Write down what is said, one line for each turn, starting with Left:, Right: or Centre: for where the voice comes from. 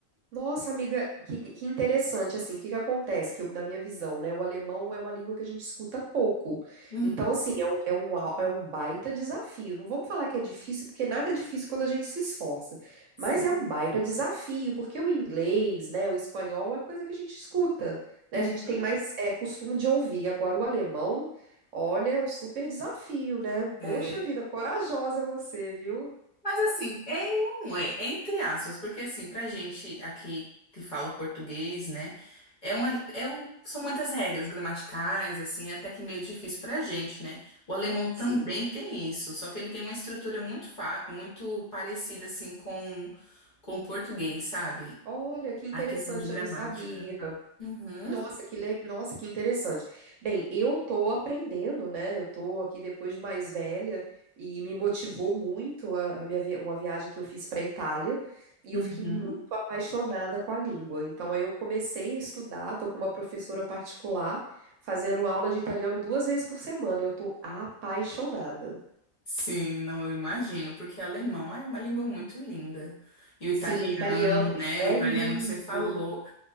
Right: Nossa, amiga, que, que interessante, assim, o que que acontece? Que eu- na minha visão, né, o alemão é uma língua que a gente escuta pouco.
Left: Uhum,
Right: Então, assim, é um, é um, au- é um baita desafio. Não vamos falar que é difícil, porque nada é difícil quando a gente se esforça.
Left: sim.
Right: Mas é um baita desafio, porque o inglês, né, o espanhol é coisa que a gente escuta, né?
Left: Uhum.
Right: A gente tem mais, é, costume de ouvir. Agora, o alemão, olha, é um super desafio, né?
Left: É.
Right: Poxa vida, corajosa você, viu?
Left: Mas assim, é e não é, é entre aspas, porque assim, pra gente aqui que fala português, né, é uma, é o- são muitas regras gramaticais, assim, é até que meio difícil pra gente, né? O alemão também
Right: Sim.
Left: tem isso, só que ele tem uma estrutura muito, fa muito parecida, assim, com, com o português, sabe?
Right: Olha, que interessante,
Left: A questão de gramática.
Right: eu não sabia.
Left: Uhum,
Right: Nossa, que le... Nossa, que interessante. Bem, eu tô aprendendo, né? Eu tô aqui depois de mais velha e me motivou muito a, a minha vi... uma viagem que eu fiz para Itália e
Left: uhum.
Right: eu fiquei muito apaixonada com a língua. Então aí eu comecei a estudar, tô com uma professora particular fazendo aula de italiano duas vezes por semana e eu tô apaixonada.
Left: Sim, não, eu imagino, porque alemão é uma língua muito linda. E o italiano,
Right: Sim, italiano
Left: né?
Right: é
Left: O italiano
Right: lindo.
Left: que você falou.